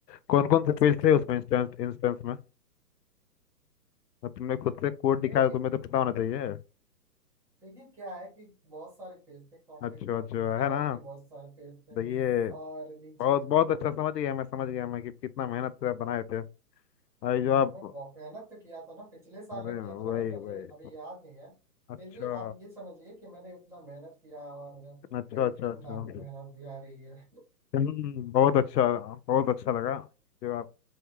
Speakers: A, on the left; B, in the centre.
A: कौन कौन से पेज थे उसमें इंस्टेंस इंस्टेंस में अब तुमने खुद से कोड दिखाया
B: अरे,
A: तो तुम्हें तो पता होना चाहिए
B: देखिए क्या है कि बहुत सारे पेज थे कांटेक्ट
A: अच्छा
B: का
A: अच्छा
B: पेज था
A: है ना
B: और भी बहुत सारे पेज थे
A: देखिए
B: और नीचे
A: बहुत बहुत अच्छा समझ गया मैं समझ गया मैं कि कितना मेहनत से आप बनाए थे अरे जो आप
B: मैं बहुत मेहनत तो किया था ना पिछले साल
A: अरे
B: का किया था ना
A: वही
B: भाई तो अभी
A: वही
B: अभी याद नहीं है
A: अच्छा
B: फिर भी आप ये समझिए कि मैंने उतना मेहनत किया और
A: अच्छा
B: मेरी
A: अच्छा
B: फिल्म
A: अच्छा
B: डाकू महाराज भी आ रही है
A: हम्म, बहुत अच्छा बहुत अच्छा लगा जो आप